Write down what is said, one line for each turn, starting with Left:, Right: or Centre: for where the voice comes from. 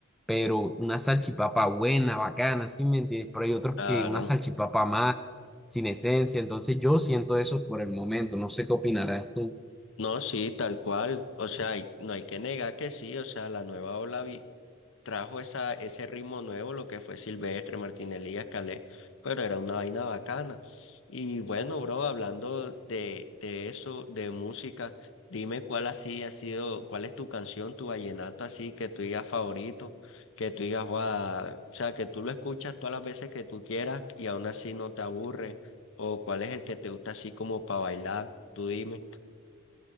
Centre: pero una salchipapa buena, bacana, ¿sí me entiendes? Pero hay otros
Left: Claro.
Centre: que una salchipapa más, sin esencia, entonces yo siento eso por el momento, no sé qué opinarás tú.
Left: No, sí, tal cual. O sea, hay- no hay que negar que sí. O sea, la nueva ola vi- trajo esa, ese ritmo nuevo, lo que fue Silvestre, Martín Elías, Calé, pero era una vaina bacana. Y bueno, bro, hablando de, de eso, de música, dime cuál así ha sido, cuál es tu canción, tu vallenato así, que tú digas favorito, que tú digas, "Guau", o sea, que tú lo escuchas todas las veces que tú quieras y aún así no te aburre, o cuál es el que te gusta así como para bailar, tú dime.